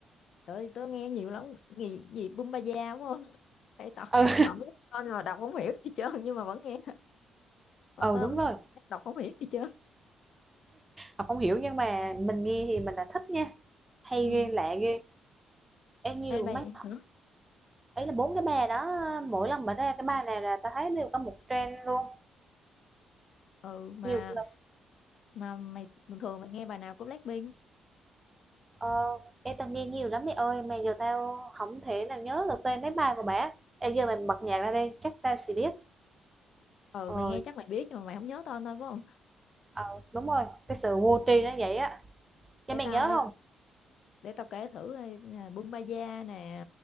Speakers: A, on the left (about 65°); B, on the right (about 20°).
A: tớ tớ nghe nhiều lắm gì gì bum ba da đúng không <laughs> Ê, tao
B: ừ
A: tao biết tên mà đọc không hiểu gì trơn nhưng mà vẫn nghe
B: <laughs>
A: mà
B: ừ
A: tao
B: đúng
A: mới
B: rồi
A: đọc không hiểu gì trơn
B: Ngọc không hiểu nhưng mà mình nghe thì mình là thích nha hay
A: ừ.
B: ghê lạ ghê em nhiều
A: Ê mày
B: mấy
A: hả
B: ấy là bốn cái bài đó mỗi lần mà ra cái bài này là ta thấy đều có một trend luôn
A: ừ mà
B: nhiều
A: mà mày thường thường mày nghe bài nào của Blackpink
B: Ờ, em tao nghe nhiều lắm mẹ ơi mà giờ tao không thể nào nhớ được tên mấy bài của bà em giờ mày bật nhạc ra đi chắc tao sẽ biết
A: ừ
B: ờ,
A: mày nghe chắc mày biết nhưng mà mày không nhớ tên thôi phải không
B: ờ đúng rồi cái sự vô tri nó vậy á nhưng
A: để
B: mày
A: tao
B: nhớ
A: để
B: không
A: để tao kể thử đây nè, bum ba da nè